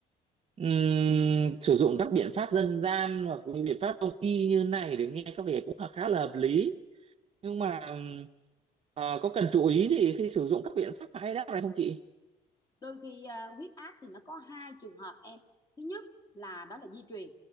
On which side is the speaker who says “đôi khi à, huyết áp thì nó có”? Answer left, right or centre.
Left